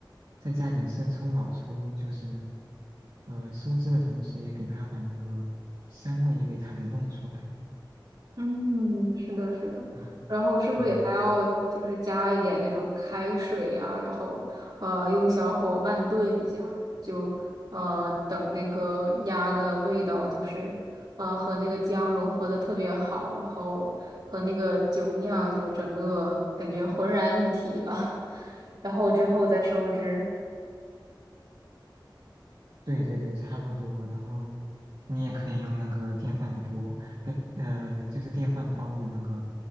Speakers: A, on the right; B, on the right.
A: 再加点生抽、老抽，就是呃收汁的同时，也给它把那个香味也给它给弄出来。
B: 嗯，是的，是的。
A: 对，
B: 然后是不是也还要就是加一点那种开水呀、
A: 嗯。
B: 然后呃用小火慢炖一下，就呃等那个鸭的味道就是呃和那个姜融合的特别好，然后和那个酒酿就整个感觉浑然一体了，<laughs> 然后之后再收汁。
A: 对对对，差不多。然后你也可以用那个电饭锅，不，呃，就是电饭煲的那个